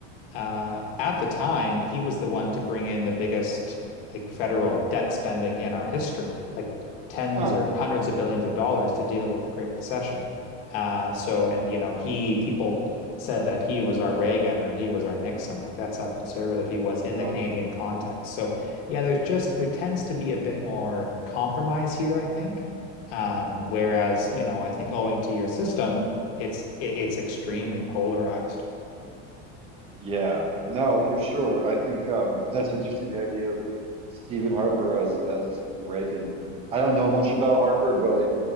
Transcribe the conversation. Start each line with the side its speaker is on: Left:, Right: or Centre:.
Left: uh, at the time, he was the one to bring in the biggest like federal debt spending in our history, like tens
Right: Huh.
Left: or hundreds of billions of dollars to deal with the Great Recession. Uh, so, and you know, he people said that he was our Reagan or he was our Nixon. Like that's how conservative he
Right: Oh
Left: was in
Right: God.
Left: the Canadian context. So, yeah, there's just there tends to be a bit more compromise here, I think. Um, whereas, you know, I think owing to your system, it's it, it's extremely polarized.
Right: Yeah. No, for sure. I think um, that's interesting, the idea of Stephen Harper as as Reagan. I don't know much about Harper, but I